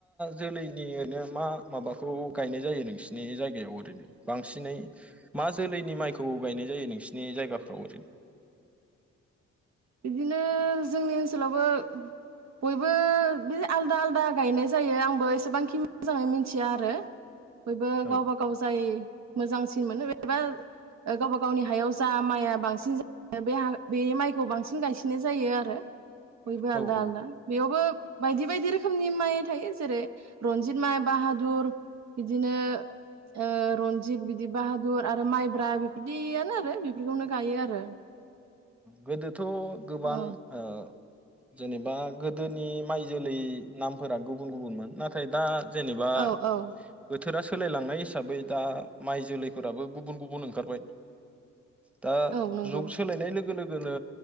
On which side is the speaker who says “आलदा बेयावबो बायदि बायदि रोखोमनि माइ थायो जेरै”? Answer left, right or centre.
Right